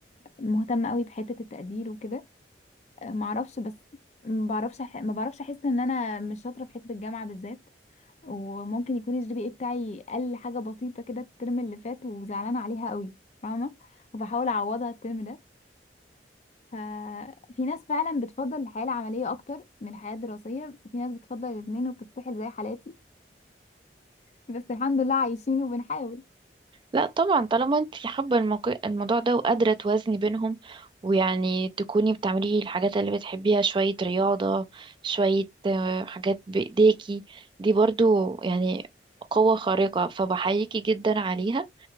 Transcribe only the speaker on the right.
لا طبعا طالما انت حابة الموقع الموضوع ده وقادرة توازني بينهم ويعني تكوني بتعملي الحاجات اللي بتحبيها شوية رياضة شوية آه، حاجات بإيديكي دي برضو يعني قوة خارقة فبحييكي جدا عليها